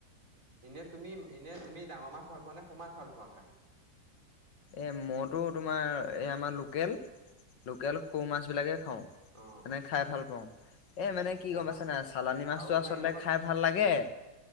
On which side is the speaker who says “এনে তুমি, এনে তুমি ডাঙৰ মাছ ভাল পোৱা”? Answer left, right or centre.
Right